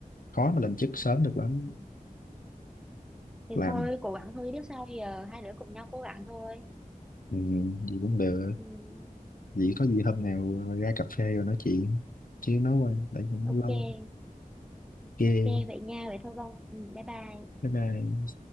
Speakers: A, on the left; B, in the centre.
A: khó mà lên chức sớm được lắm
B: ừ. thì
A: làm
B: thôi cố gắng thôi biết sao giờ hai đứa cùng nhau cố gắng thôi
A: ừ, gì cũng được
B: ừ,
A: vậy có gì hôm
B: ừ,
A: nào ra cà phê rồi nói chuyện chứ nói qua để cũng
B: ok
A: lâu ghê
B: Ok vậy nha, vậy thôi Bông. Ừ, bye bye.
A: Bye bye.